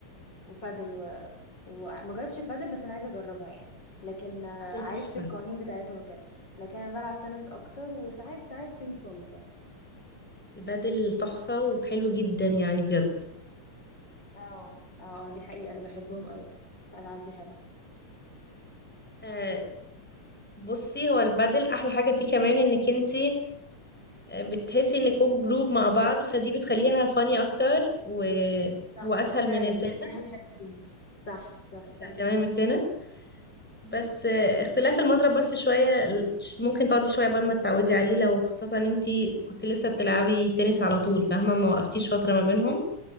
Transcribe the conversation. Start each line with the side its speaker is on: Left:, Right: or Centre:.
Left: وبادل و... وما جربتش البادل بس انا عايزه اجربها يعني لكن آه،
Centre: البادل
Left: عرفت
Centre: تحفة
Left: القوانين بتاعتها وكده لكن انا بلعب تنس اكتر وساعات ساعات بينج بونج برضه
Centre: البادل تحفة وحلو جدا يعني بجد
Left: اه اه دي حقيقة انا بحبهم قوي الالعاب دي حلوة
Centre: آه بصي هو البادل أحلى حاجة فيه كمان إنك انتي آه، بتحسي إنكوا جروب مع بعض فدي بتخليها فاني أكتر وهو
Left: صح
Centre: أسهل
Left: فعلا
Centre: من التنس
Left: هي دي احلى حاجة فيهم صح صح
Centre: أسهل
Left: فعلا
Centre: كمان من التنس بس آه، اختلاف المضرب بس شوية ال- ممكن تقعدي شوية قبل ما تتعودي عليه لو خاصة ان انتي كنت لسه بتلعبي تنس على طول فاهمة ما وقفتيش فترة ما بينهم